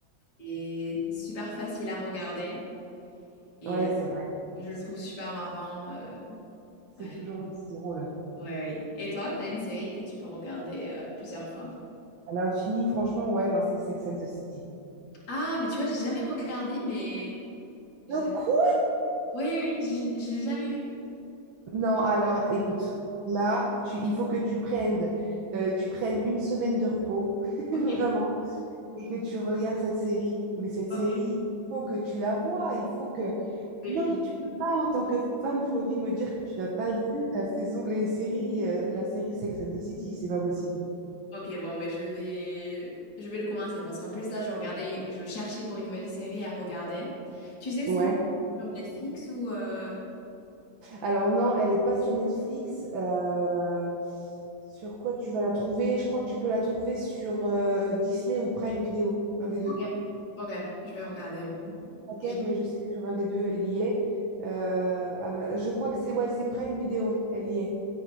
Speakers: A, on the left; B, on the right.
A: c'est c'est super facile à regarder et
B: Ouais,
A: euh,
B: c'est vrai.
A: je le trouve super marrant. euh,
B: C'est
A: Ouais,
B: toujours aussi drôle.
A: ouais, ouais. Et toi, t'as une série que tu peux regarder euh, plusieurs fois?
B: À l'infini, franchement, ouais, moi, c'est Sex and the City.
A: Ah, mais tu vois, j'ai jamais regardé, mais je-
B: Le quoi?
A: oui, oui, oui, j'ai j'ai jamais vu.
B: Non, alors, écoute, là, tu, il faut que tu prennes, euh, tu prennes une semaine de repos, <laughs>
A: Ok,
B: vraiment, et que tu regardes cette série. Mais cette
A: ok.
B: série, il faut que tu la vois. Il faut que...
A: Oui,
B: Non,
A: oui.
B: tu peux pas, en tant que femme, Florie, me dire que tu n'as pas vu la saison, les séries, euh, la série Sex and the City. C'est pas possible.
A: Ok, bon, ben je vais, je vais le commencer parce qu'en plus là, je regardais, je cherchais pour une nouvelle série à regarder. Tu sais
B: Ouais.
A: si sur Netflix ou euh,
B: Alors non, elle n'est pas sur Netflix. Euh, sur quoi tu vas la trouver? Je crois que tu peux la trouver sur euh, Disney ou Prime Video, un des deux.
A: Ok, ok, je vais regarder.
B: Je sais plus sur laquelle,
A: Et- j'ai-
B: mais je sais que sur un des deux, elle y est. Euh, à ma- je crois que c'est ouais, c'est Prime Video, elle y est.